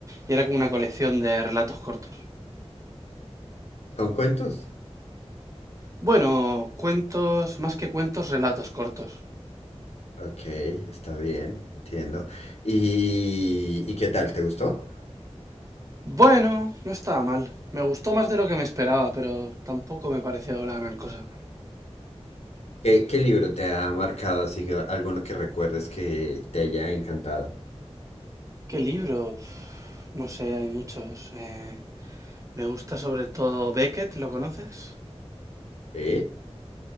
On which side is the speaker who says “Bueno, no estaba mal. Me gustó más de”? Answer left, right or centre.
Right